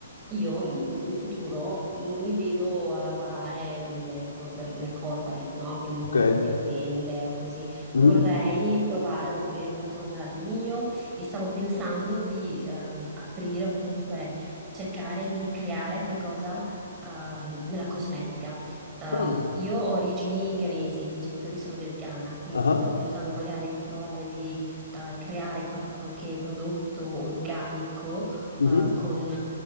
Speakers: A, on the right; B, on the left.
A: io in, in futuro non mi vedo a lavorare nelle, corpor- nelle corporate, no? Quindi
B: Ok.
A: nelle grandi aziende o così.
B: Mhm.
A: Vorrei provare ad aprire qualcosa di mio e stavo pensando di ehm, aprire o comunque cercare di creare qualcosa ehm, nella cosmetica. Ehm,
B: Ah,
A: io ho origini ghanesi, i miei genitori sono del Ghana, quindi
B: ah,
A: stavo pensando magari di provare di eh, creare qual- qualche prodotto organico
B: mhm.
A: eh, con